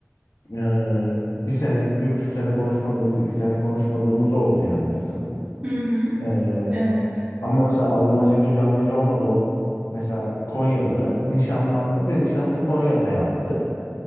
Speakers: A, on the left; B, on the right.
A: e, bir sene, bir buçuk sene konuşmadığımız, iki sene konuşmadığımız oldu yani bizim.
B: Hı hı.
A: E,
B: Evet.
A: ama mesela alınmaca gücenmece olmadı. O mesela Konyalı nişanlandı ve nişanını Konya'da yaptı.